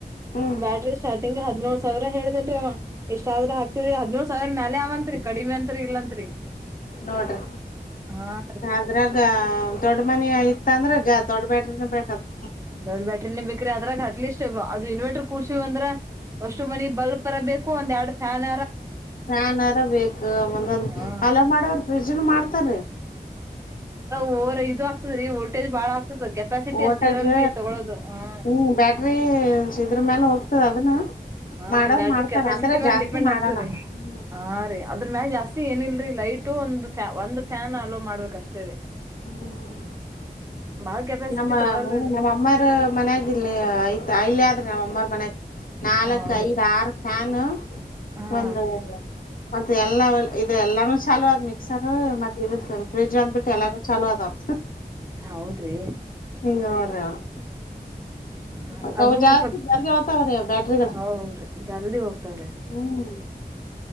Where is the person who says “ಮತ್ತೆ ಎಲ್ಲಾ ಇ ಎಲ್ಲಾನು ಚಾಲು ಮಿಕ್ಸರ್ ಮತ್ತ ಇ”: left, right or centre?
Left